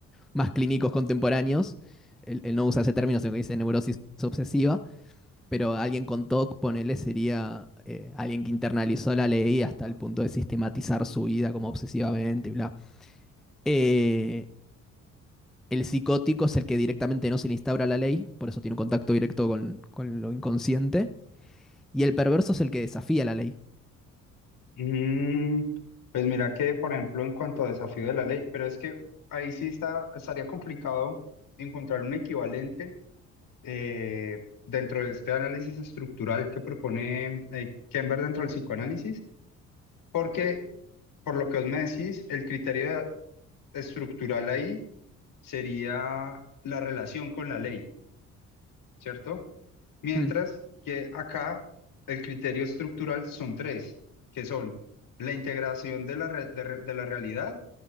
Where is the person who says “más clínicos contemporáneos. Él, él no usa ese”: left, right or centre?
Centre